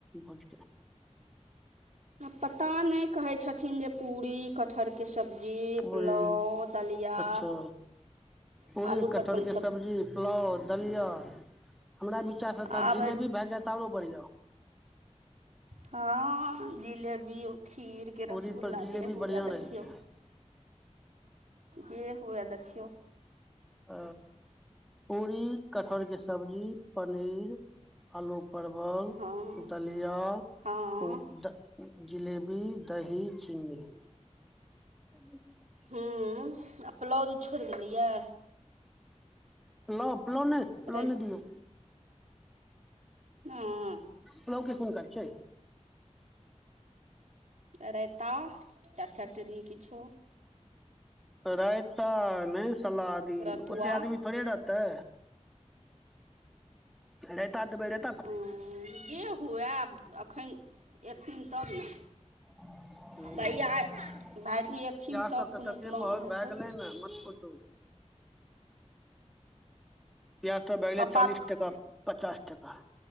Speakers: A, in the centre; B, on the right.
A: भोजके।
B: पता नहि कहै छथिन जे पूरी क कटहरके सब्जी,
A: पूरी
B: पुलाव, दलिया।
A: अच्छा पूरी,
B: आलू परवल
A: कठहर के सब्जी, पुलाव। दलिया, हमरा बिचार से तऽ
B: आब
A: जिलेबी भए जाएतऽ आरो बढ़ियां।
B: हँ जिलेबियो, खीरके
A: पूरी
B: रसगुल्ला,
A: पर जिलेबी
B: जे हुए
A: बढ़िया रहै
B: देखियौ।
A: छै
B: जे हुए देखियौ।
A: ह। पुरी, कटहल के सब्जी, पनीर आलू परवल,
B: हँ
A: दलिया,
B: हँ
A: ऊ जिलेबी, दही, चीनी। <unintelligible>
B: हूँ आ प्लाव छोड़ि देली ए।
A: पलाउ- पलाउ नै, पलाउ
B: रै
A: नै दियौ।
B: नै।
A: पलाउ के कोन काज छैै।
B: रायता, या चटनी किछो।
A: रयता नहि सलादे,
B: रतुआ
A: ओते आदमी थोड़े रहतै। रायता देबै र
B: हुँ, जे हुए आब एखन अयथिन तब ने।
A: <inaudible> हँ
B: भैया भायजी
A: पियाज
B: एथिन तब
A: सब तऽ
B: कोनो
A: तते
B: प्लान
A: महग
B: हेतै
A: भए गेलै ने, मत पूछू। प्याज सब भए गेलै
B: पप्पा
A: चालीस टका, पचास टका।